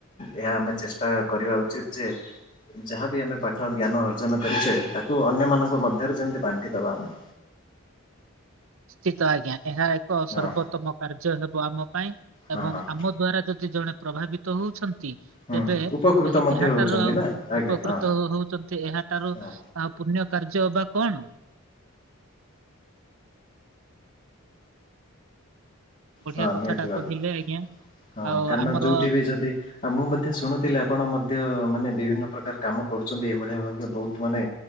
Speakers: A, on the left; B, on the right.
A: ଏହା ଆମେ ଚେଷ୍ଟା କରିବା ଉଚିତ ଯେ ଯାହାବି ଆମେ ପାଠ ଜ୍ଞାନ ଅର୍ଜନ କରିଚେ ତାକୁ ଅନ୍ୟ ମାନଙ୍କ ମଧ୍ୟରେ ଯେମିତି ବାଣ୍ଟି ଦବା ଆମେ।
B: ନିଶ୍ଚିତ ଆଜ୍ଞା ଏହା
A: ହଁ
B: ସର୍ବୋତ୍ତମ କାର୍ଯ୍ୟ ହେବ ଆମ ପାଇଁ
A: ହଁ
B: ଏବଂ
A: ହଁ
B: ଆମ ଦ୍ଵାରା ଯଦି ଜଣେ ପ୍ରଭାବିତ ତ ହଉଛନ୍ତି। ତେବେ
A: ହୁଁ ହୁଁ ଉପକୃତ
B: ଏହା
A: ମଧ୍ୟ
B: ଏହାଠାରୁ
A: ହେଉଛନ୍ତି
B: ଆଉ
A: ନା ଆଜ୍ଞା
B: ଉପକୃତ
A: ହଁ।
B: ହଉଚନ୍ତି ଏହାଠାରୁ
A: ହଁ
B: ଆଉ ପୁଣ୍ୟ କାର୍ଯ୍ୟ ଅବା କଣ? ବଢିଆ
A: ହଁ
B: କଥାଟା
A: ନିହାତି ଭାବେ
B: କହିଲେ ଆଜ୍ଞା।
A: ହଁ
B: ଆଉ
A: କାରଣ
B: ଆମର
A: ଯୋଉଠି ବି ଯଦି ଆଉ ମୁଁ ମଧ୍ୟ ଶୁଣୁଥିଲି ଆପଣ ମଧ୍ୟ ମାନେ ବିଭିନ୍ନ ପ୍ରକାର କାମ କରୁଚନ୍ତି ଏଇଭଳିଆ ଭାବେ ବହୁତ ମାନେ